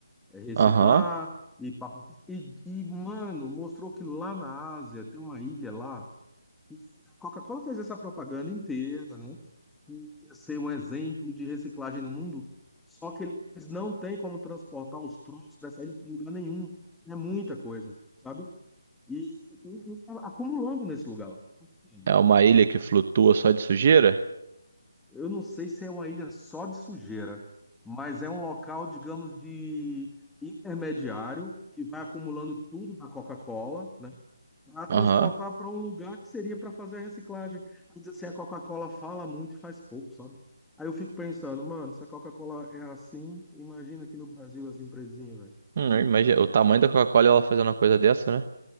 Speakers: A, in the centre; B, on the right (about 35°).
A: é, reciclar
B: Aham.
A: e, pá, pá, pá. e, e, mano, mostrou que lá na Ásia tem uma ilha lá. A Coca-Cola fez essa propaganda inteira, né? Ia ser um exemplo de reciclagem no mundo. Só que eles não têm como transportar os troços dessa ilha para lugar nenhum. É muita coisa, sabe? E, e, e tá acumulando nesse lugar lá. Tá acumulando,
B: É
A: tá
B: uma
A: acumulando.
B: ilha que flutua só de sujeira?
A: Eu não sei se é uma ilha só de sujeira, mas é um local, digamos, de intermediário que vai acumulando tudo da Coca-Cola, né, para transportar
B: Aham.
A: para um lugar que seria para fazer a reciclagem. Aí diz assim, a Coca-Cola fala muito e faz pouco, sabe? Aí eu fico pensando, mano, se a Coca-Cola é assim, imagina aqui no Brasil as empresinhas, velho.
B: Hum,
A: Como é
B: imagina,
A: que é?
B: o tamanho da Coca-Cola ela fazendo uma coisa dessa, né?